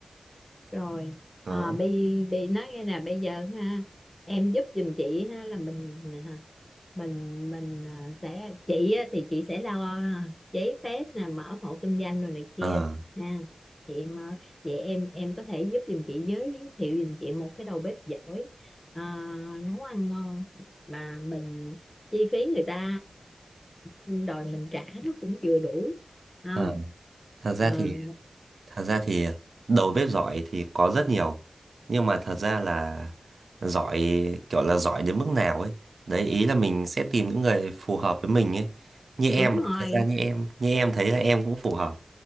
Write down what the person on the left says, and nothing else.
rồi
à, bị bị nói nghe nè bây giờ ha em giúp giùm chị ha là mình à, mình mình à, sẽ chị á, thì chị sẽ lo à, giấy phép nè mở hộ kinh doanh rồi này kia
ha chị mà vậy em em có thể giúp giùm chị giới thiệu giùm chị một cái đầu bếp giỏi à, nấu ăn ngon mà mình chi phí người ta ờ, đòi mình trả nó cũng vừa đủ không
ừ
đúng rồi